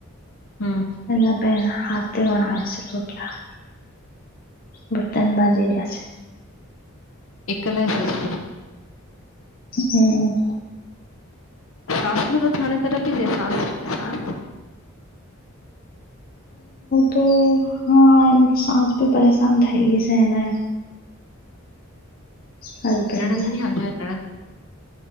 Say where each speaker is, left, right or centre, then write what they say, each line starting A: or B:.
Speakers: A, on the left; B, on the left.
A: હમ્મ
B: એ બે હતે વનાવે છે રોટીયા બર્તન બાજી રિયા છે
A: એકલા હશેસ્
B: હમ્મ
A: સાસ નું તો થણે તરફ છે સાસ સાસ- -
B: તો હા એમ સાસ બી પરેશાન થઈ ગઈ છે ને. હસબેન્ડ
A: નણદ ની નંદન દ- -